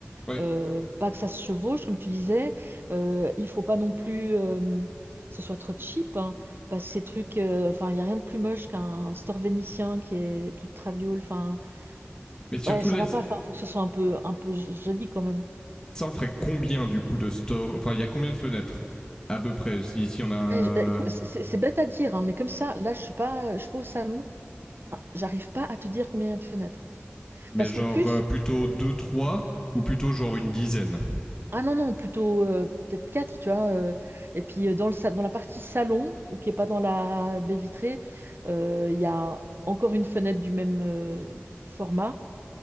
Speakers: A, on the left; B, on the right.
A: Ouais.
B: euh, pas que ça se chevauche, comme tu disais. Euh, il faut pas non plus euh, que ce soit trop cheap, hein, parce que ces trucs, euh, enfin, il y a rien de plus moche qu'un store vénitien qui est toute traviole. Enfin,
A: Mais surtout,
B: ouais, ça
A: là,
B: va pas. Enfin, faut que ce soit un peu, un peu joli quand même.
A: ça en ferait combien du coup de store Enfin, il y a combien de fenêtres À peu près, si, si on a.
B: Ouais, je- eh, écoute, c'est c'est- c'est bête à dire, hein, mais comme ça, là, je suis pas, je suis pas au salon, j'arrive pas à te dire combien il y a de fenêtres.
A: Mais
B: Parce
A: genre
B: qu'en plus,
A: euh, plutôt deux trois ou plutôt genre une dizaine.
B: Ah non, non, plutôt euh, peut-être quatre, tu vois. euh, et puis euh, dans le, sa- dans la partie salon, ou qui n'est pas dans la baie vitrée, euh, il y a encore une fenêtre du même euh, format.